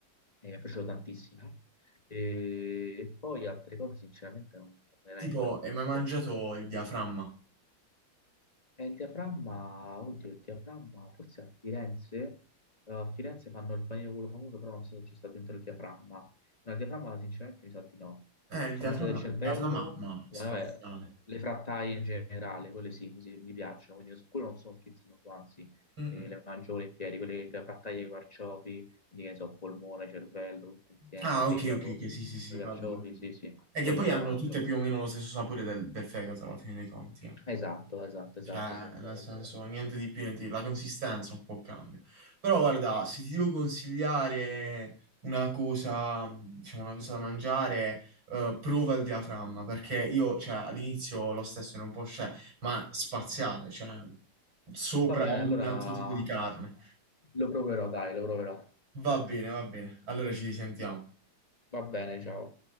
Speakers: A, on the left; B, on the right.
A: e mi è piaciuto tantissimo. E poi altre cose, sinceramente, non non me
B: Tipo,
A: ne vengono in
B: hai
A: mente.
B: mai mangiato il diaframma?
A: E il diaframma, oddio, il diaframma, forse a Firenze, eh, a Firenze fanno il panino quello famoso, però non so se ci sta dentro il diaframma. No, il diaframma sinceramente mi sa di no.
B: Eh, il diaframma,
A: Ho mangiato il cervello,
B: il diaframma, ma è
A: vabbè,
B: spaziale.
A: le frattaie in generale, quelle sì, mi, mi piacciono, quindi su quello non sono schizzinoso, anzi,
B: Mm-mm.
A: eh, le mangio volentieri, quelle le frattaie con i carciofi, quindi che ne so, polmone, cervello, tutto insieme,
B: Ah,
A: fegato,
B: ok, ok, ok, sì, sì, sì,
A: con
B: capito.
A: i carciofi,
B: capito.
A: sì, sì,
B: E che
A: quello
B: poi
A: me
B: hanno
A: lo mangio.
B: tutte più o meno lo stesso sapore del, del fegato alla fine dei conti, eh.
A: Esatto, esatto, esatto,
B: Cioè,
A: sì, infatti
B: nel senso,
A: è vero.
B: niente di più, niente di- la consistenza un po' cambia. Però guarda, se ti devo consigliare una cosa, diciamo, una cosa da mangiare, eh, prova il diaframma, perché io, cioè, all'inizio lo stesso era un po' scettico, ma spaziale, cioè, sopra
A: Va bene,
B: ogni
A: allora
B: altro tipo di carne.
A: Lo proverò, dai, lo proverò.
B: Va bene, va bene. Allora ci sentiamo.
A: Va bene, ciao.